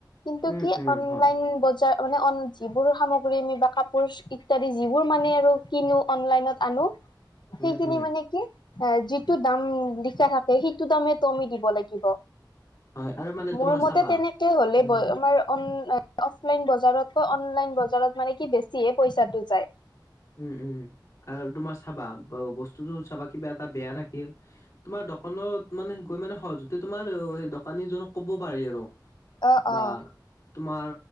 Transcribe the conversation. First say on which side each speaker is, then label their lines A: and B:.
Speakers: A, on the left (about 75°); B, on the left (about 45°).
A: কিন্তু
B: উম
A: কি
B: উম
A: অনলাইন
B: হয়
A: বজাৰ মানে অন যিবোৰ সামগ্ৰী আমি বা কাপোৰ ইত্যাদি, যিবোৰ মানে আৰু কিনো অনলাইনত আনো। সেইখিনি
B: উম উম
A: মানে কি? এ যিটো দাম লিখা থাকে। সেইটো দামে ত আমি দিব লাগ গিব।
B: হয় আৰু মানে
A: মোৰ
B: তোমাৰ
A: মতে
B: চাবা
A: তেনেকে হলে
B: উম
A: <unintelligible> আমাৰ অন অফলাইন বজাৰতকৈ অনলাইন বজাৰত মানে কি, বেছিহে পইচাটো যায়।
B: উম উম উম। আৰু তোমাৰ চাবা বস্তুটো চাবা, কিবা এটা বেয়া থাকিল। তোমাৰ দোকনত মানে গৈ মানে সহজ টো তোমাৰ সেই দোকানীজনক ক'ব পাৰি আৰু
A: অ
B: বা
A: অ
B: তোমাৰ